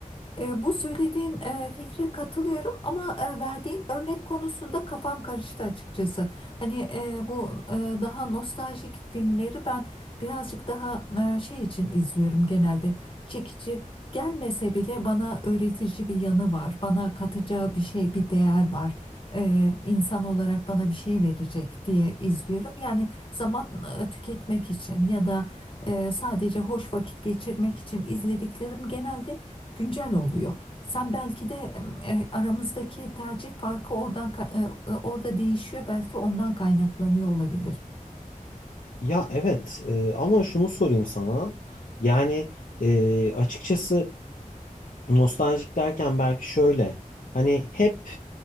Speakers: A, on the left; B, on the left.
A: E, bu söylediğin e, fikre katılıyorum ama e, verdiğin örnek konusunda kafam karıştı açıkçası. Hani e, bu e, daha nostaljik filmleri ben birazcık daha e, şey için izliyorum genelde. Çekici gelmese bile bana öğretici bir yanı var. Bana katacağı bir şey, bir değer var. E, insan olarak bana bir şey verecek diye izliyorum. Yani zaman e, tüketmek için ya da e, sadece hoş vakit geçirmek için izlediklerim genelde güncel oluyor. Sen belki de e, aramızdaki tercih farkı oradan ka- e, e, orada değişiyor. Belki ondan kaynaklanıyor olabilir.
B: Ya evet e, ama şunu sorayım sana. Yani e, açıkçası nostaljik derken belki şöyle. Hani hep